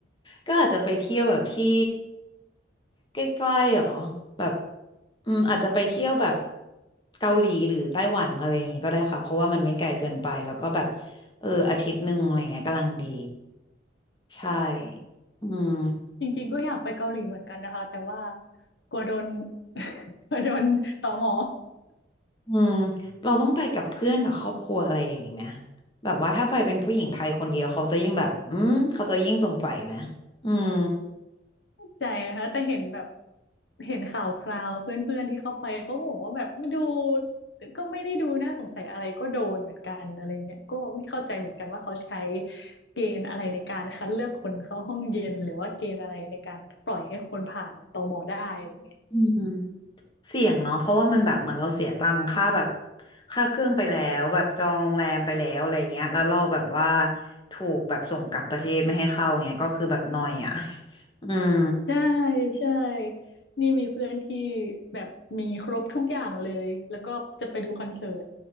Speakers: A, on the left; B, on the left.
A: ก็อาจจะไปเที่ยวแบบที่ใกล้ๆหรอแบบอืมอาจจะไปเที่ยวแบบเกาหลีหรือไต้หวันอะไรอย่างงี้ก็ได้ค่ะเพราะว่ามันไม่ไกลเกินไปแล้วก็แบบเอออาทิตย์หนึ่งอะไรเงี้ยกำลังดีใช่อืม
B: <laughs> จริงๆก็อยากไปเกาหลีเหมือนกันนะคะแต่ว่ากลัวโดน <laughs> กลัวโดนตม
A: อืมเราต้องไปกับเพื่อนกับครอบครัวอะไรอย่างงี้ไหมแบบว่าถ้าไปเป็นผู้หญิงไทยคนเดียวเขาจะยิ่งแบบอืมเขาจะยิ่งสงสัยไหมอืม
B: ใจนะคะแต่เห็นแบบเห็นข่าวคราวเพื่อนๆที่เข้าไปเขาก็บอกว่าแบบมันดูก็ไม่ได้ดูน่าสงสัยอะไรก็โดนเหมือนกันอะไรเงี้ยก็ไม่เข้าใจเหมือนกันว่าเขาใช้เกณฑ์อะไรในการคัดเลือกคนเข้าห้องเย็นหรือว่าเกณฑ์อะไรในการปล่อยให้คนผ่านตมได้อะไรเงี้ย
A: อืม เสี่ยงเนาะเพราะว่ามันแบบเหมือนเราเสียตังค่าแบบค่าเครื่องไปแล้วแบบจองโรงแรมไปแล้วอะไรเงี้ยแล้วเราแบบว่าถูกแบบส่งกลับประเทศไม่ให้เข้าเงี้ยก็คือแบบนอยอ่ะ <laughs> อืม
B: ใช่ใช่นี่มีเพื่อนที่แบบมีครบทุกอย่างเลยแล้วก็จะไปดูคอนเสิร์ต